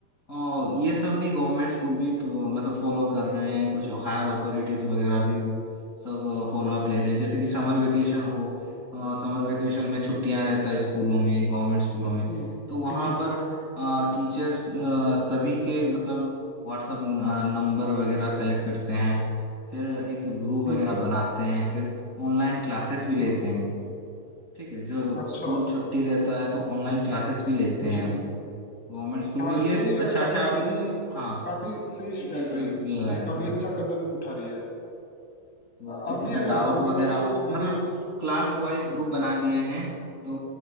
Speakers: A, on the left; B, in the centre.
A: अ, ये सब भी गवर्नमेंट स्कूल भी तो, मतलब फॉलो कर रहे हैं कुछ हायर अथॉरिटीज वगैरह भी सब फॉलो अप ले रहे हैं जैसे कि समर वेकेशन हो समर वेकेशन में छुट्टियां रहता है स्कूलों में गवर्नमेंट स्कूलों में
B: हम्म
A: तो वहां
B: हम्म हम्म
A: पर टीचर्स सभी के मतलब व्हाट्सअप नंबर वगैरह कलेक्ट करते हैं फिर एक ग्रुप वगैरह
B: हम्म
A: बनाते हैं फिर ऑनलाइन क्लासेस भी लेते
B: हम्म,
A: हैं ठीक है जो
B: अच्छा
A: स्कूल छुट्टी रहता है तो ऑनलाइन क्लासेस भी लेते
B: ये
A: हैं अभी गवर्नमेंट स्कूल
B: हाँ
A: में ये
B: ये
A: अच्छा
B: यार काफी
A: अच्छा
B: सही
A: हाँ
B: काफी सही
A: इनिशिएटिव
B: स्टेप है ये
A: लगाया
B: ये
A: है
B: काफी
A: हाँ।
B: अच्छा कदम उठा रही है
A: तो
B: अ-
A: किसी
B: अब भी
A: का
B: है ना
A: डाउट
B: गवर्नमेंट
A: वगैरह
B: को
A: हो
B: मेरे
A: मतलब क्लास वाइज ग्रुप बना दिए हैं तो